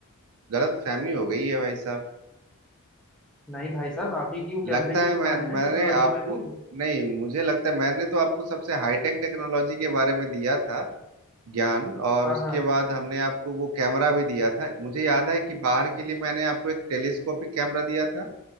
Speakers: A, on the right; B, in the centre.
A: गलत फहमी हो गई है भाई साहब
B: नहीं भाई साहब आप ही की वो कैमरे
A: लगता
B: की
A: है
B: दुकान
A: मैं
B: है ना
A: मैंने
B: टेक्नोलॉजी
A: आपको
B: वाली
A: नहीं मुझे लगता है मैंने तो आपको सबसे हाईटेक टेक्नोलॉजी के बारे में दिया था ज्ञान और
B: हाँ
A: उसके
B: हाँ
A: बाद हमने आपको वो कैमरा भी दिया था मुझे याद है कि बाहर के लिए मैंने आपको एक टेलीस्कोपिक कैमरा दिया था